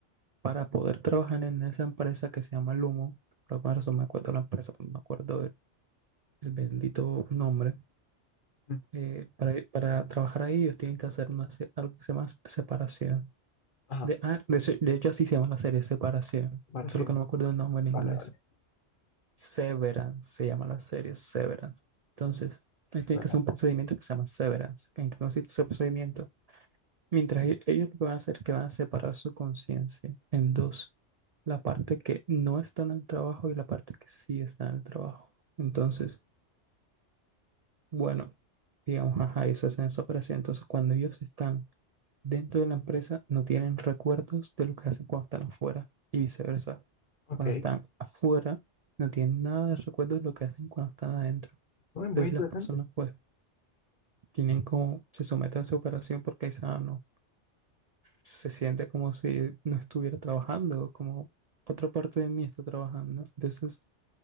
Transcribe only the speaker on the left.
Mm.
Ajá,
pareció.
Vale,
vale.
Bueno,
Ok,
muy, muy
interesante.